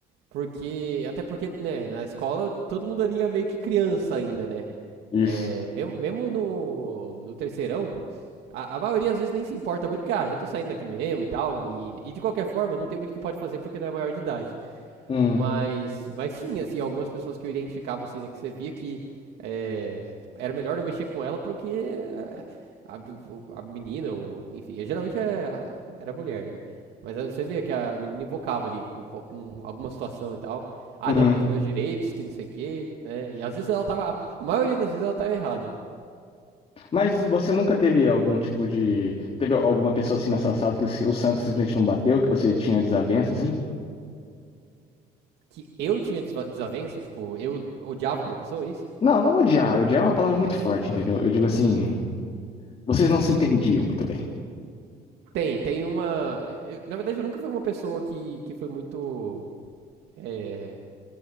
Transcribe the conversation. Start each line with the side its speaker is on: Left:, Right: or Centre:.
Right: porque, até porque, né, na escola todo mundo ali é meio que criança ainda, né?
Left: Isso.
Right: É, mesmo, mesmo no, no terceirão, a, a maioria às vezes nem se importa muito, porque, ah, já tô saindo daqui mesmo e tal, e, e de qualquer forma não tem muito o que pode fazer porque não é maior de idade.
Left: Hum,
Right: Mas, mas sim, assim, algumas pessoas que eu identificava, assim, né, que você via que é, era melhor não mexer com ela porque é, a, bi- o- a menina, ou, enfim, é, geralmente é a- era mulher, né? Mas aí você via que a menina invocava ali com, po- com alguma situação e tal. Ah,
Left: hum.
Right: não, porque os meus direitos, que não sei o quê, né? E às vezes ela tava, a maioria das vezes ela tava errada, né?
Left: Mas você nunca teve algum tipo de. Teve alguma pessoa assim na sua sala que o, se- o santo simplesmente não bateu, que você tinha desavença, assim?
Right: Que eu tinha desva- desavença, tipo, eu odiava aquela pessoa, é isso?
Left: Não, não odiar. Odiar é uma palavra muito forte, entendeu? Eu digo assim, vocês não se entendiam muito bem.
Right: Tem, tem uma. eu- na verdade, eu nunca fui uma pessoa que, que foi muito. é,